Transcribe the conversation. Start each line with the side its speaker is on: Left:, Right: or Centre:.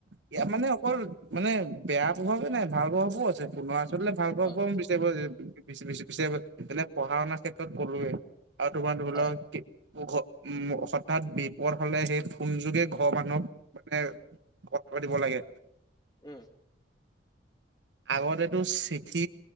Right: ইয়াৰ মানে অকল মানে বেয়া প্ৰভাৱে নাই, ভাল প্ৰভাৱো আছে তোমাৰ। চল ভাল পাব
Left: হয়
Right: বিচাৰিবাৰ তে পঢ়া শুনাৰ ক্ষেত্ৰত ক'লোৱৱে <unintelligible> আৰু তোমাৰ ধৰি
Left: হয়
Right: লওক উ হঠাৎ বিপদ হ'লে সেই ফোন যোগে ঘৰ মানুহক। মানে কথা পাতিব লাগে।
Left: উম।
Right: আগতেটো চিঠি